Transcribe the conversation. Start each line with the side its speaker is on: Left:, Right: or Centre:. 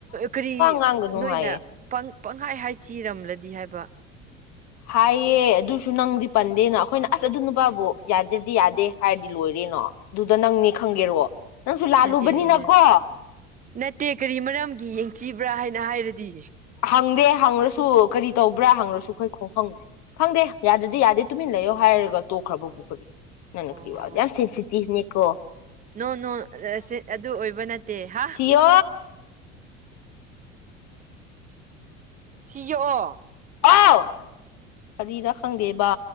Right: ꯀꯔꯤ
Left: ꯉꯥꯡꯒꯅꯨ
Right: ꯅꯣꯏꯅ
Left: ꯍꯥꯏꯌꯦ
Right: ꯄꯪꯈꯥꯏ ꯍꯥꯏ ꯊꯤꯔꯝꯂꯗꯤ ꯍꯥꯏꯕ
Left: ꯍꯥꯏꯌꯦ ꯑꯗꯨꯁꯨ ꯅꯪꯗꯤ ꯄꯟꯗꯦꯅ ꯑꯩꯈꯣꯏꯅ ꯑꯁ ꯑꯗꯨ ꯅꯨꯄꯥꯕꯨ ꯌꯥꯗ꯭ꯔꯗꯤ ꯌꯥꯗꯦ ꯍꯥꯏꯔꯗꯤ ꯂꯣꯏꯔꯦꯅꯣ ꯑꯗꯨꯗ ꯅꯪꯅꯦ ꯈꯪꯒꯦꯔꯣ ꯅꯪꯁꯨ ꯂꯥꯜꯂꯨꯕꯅꯤꯅꯀꯣ
Right: ꯅꯠꯇꯦ ꯑꯩꯅ ꯍꯥꯏꯗꯤ ꯅꯠꯇꯦ ꯀꯔꯤ ꯃꯔꯝꯒꯤ ꯌꯦꯡꯊꯤꯕ꯭ꯔꯥ ꯍꯥꯏ ꯍꯥꯏꯔꯗꯤ
Left: ꯍꯪꯗꯦ ꯍꯪꯉꯁꯨ ꯀꯔꯤ ꯇꯧꯕ꯭ꯔꯥ ꯍꯪꯉꯁꯨ ꯑꯩꯈꯣꯏ ꯈꯣꯡꯈꯪ ꯈꯪꯗꯦ ꯌꯥꯗꯗꯤ ꯌꯥꯗꯦ ꯇꯨꯃꯤꯟ ꯂꯩꯌꯣ ꯍꯥꯏꯔꯒ ꯇꯣꯛꯈ꯭ꯔꯕꯕꯨ ꯀꯔꯤ ꯅꯪꯅ
Right: ꯑꯣ
Left: ꯀꯔꯤ ꯋꯥ ꯌꯥꯝ ꯁꯦꯟꯁꯤꯇꯤꯚꯅꯦꯀꯣ
Right: ꯅꯣ ꯅꯣ ꯑꯗꯨ ꯑꯣꯏꯕ ꯅꯠꯇꯦ ꯍꯥ
Left: ꯁꯤꯌꯣ
Right: ꯁꯤ ꯌꯣꯛꯑꯣ
Left: ꯑꯥꯎ ꯀꯔꯤꯗ ꯈꯪꯗꯦꯕ